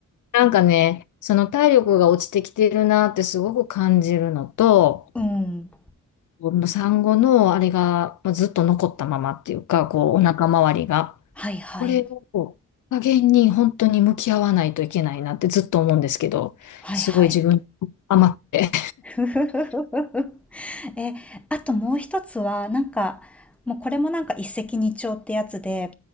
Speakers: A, on the left; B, in the centre.
A: なんかね、その体力が落ちてきてるなってすごく感じるのと、
B: うん。
A: この産後のあれがまあずっと残ったままっていうか、こう、お腹周りが、
B: はいはい。
A: これを加減に本当に向き合わないといけないなってずっと思うんですけど、
B: はいはい。
A: すごい自分甘くて。
B: <laughs> え、あともう一つは、なんか、もうこれもなんか一石二鳥ってやつで、